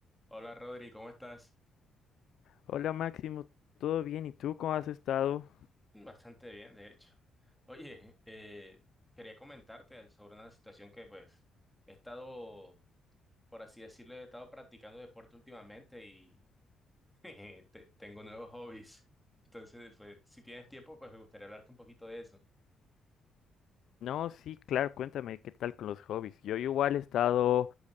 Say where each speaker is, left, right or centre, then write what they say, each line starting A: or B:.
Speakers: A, in the centre; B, on the left.
A: Hola Rodri, ¿cómo estás?
B: Hola Máximo, ¿todo bien? ¿Y tú cómo has estado?
A: Bastante bien, de hecho. Oye, eh, quería comentarte sobre una situación que pues he estado, por así decirlo, he estado practicando deporte últimamente y <laughs> te- tengo nuevos hobbies. Entonces, pues, si tienes tiempo, pues me gustaría hablarte un poquito de eso.
B: No, sí, claro, cuéntame qué tal con los hobbies. Yo igual he estado